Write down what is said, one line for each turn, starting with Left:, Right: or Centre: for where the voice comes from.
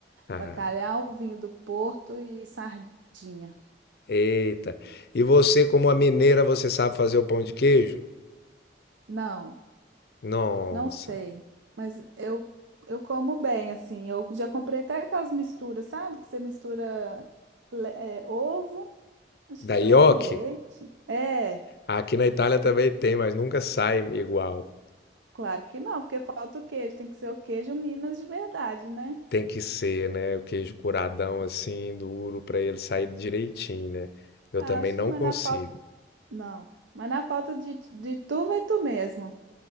Left: Ah,
Right: Bacalhau, vinho do Porto e sardinha.
Left: eita. E você, como a mineira, você sabe fazer o pão de queijo?
Right: Não,
Left: Nossa.
Right: não sei. Mas eu, eu como bem, assim. Eu já comprei até aquelas misturas, sabe? Que você mistura le- é, ovo. Acho que
Left: Da
Right: era
Left: nhoque?
Right: ovo e leite. É,
Left: Aqui na Itália também tem, mas nunca sai igual.
Right: claro que não, porque falta o queijo. Tem que ser o queijo Minas de verdade, né?
Left: Tem que ser, né? O queijo curadão assim, duro, para ele sair direitinho, né? Eu
Right: Ah,
Left: também
Right: acho
Left: não
Right: que mas
Left: consigo.
Right: na falta. Não. Mas na falta de, de tu, vai tu mesmo.